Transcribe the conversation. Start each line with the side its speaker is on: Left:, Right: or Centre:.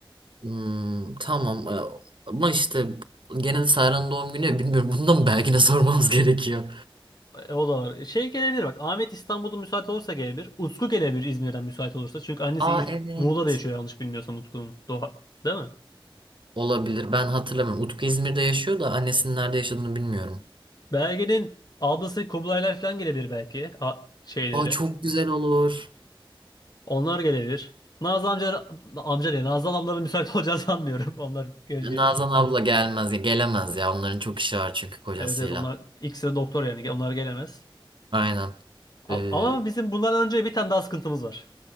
Right: hmm, tamam. Ee, Ama işte gene de Serhan'ın doğum günü. Bilmiyorum. Bunu da mı Belgin'e <laughs> sormamız gerekiyor?
Left: E, o da var. E, Şey gelebilir bak. Ahmet İstanbul'da müsait olursa gelebilir. Utku gelebilir İzmir'den müsait olursa. Çünkü annesi
Right: Aa
Left: İz-
Right: evet.
Left: Muğla'da yaşıyor yanlış bilmiyorsam Utku'nun. Doğa. Değil mi?
Right: Olabilir. Ben hatırlamıyorum. Utku İzmir'de yaşıyor da annesinin nerede yaşadığını bilmiyorum.
Left: Belgen'in ablası Kublaylar falan gelebilir belki. A- şeyleri.
Right: Aa çok güzel olur.
Left: Onlar gelebilir. Nazlı amca, amca değil. Nazlı ablaların müsait olacağını sanmıyorum. <laughs> Onlar geleceğini
Right: Nazan
Left: düşünmüyorum.
Right: abla gelmez ya gelemez ya onların çok işi var çünkü kocasıyla.
Left: Evet evet onlar ikisi de doktor yani onlar gelemez.
Right: Aynen.
Left: A-
Right: Ee,
Left: Ama bizim bundan önce bir tane daha sıkıntımız var.